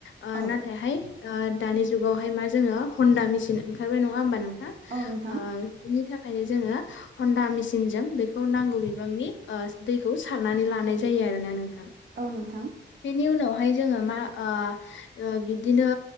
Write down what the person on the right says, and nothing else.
औ
औ नोंथां
औ नोंथां।